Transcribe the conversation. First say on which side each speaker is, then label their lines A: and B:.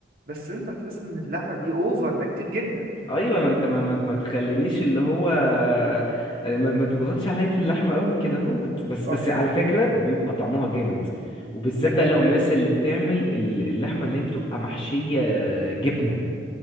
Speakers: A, on the right; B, on the left.
A: بس انت بتحس ان اللحمه دي اوفر ده كتير جدا
B: ايوه ما انت ما, ما, ما تخلينيش اللي هو آه، ما, ما تضغطش عليا في اللحمه قوي كده اهوت بس بس
A: اه يعني
B: على فكره بيبقى طعمها جامد وبالذات
A: اكيد
B: بقى لو
A: جاي
B: الناس
A: من
B: اللي بتعمل ال- اللحمه اللي هي بتبقى محشيه جبنه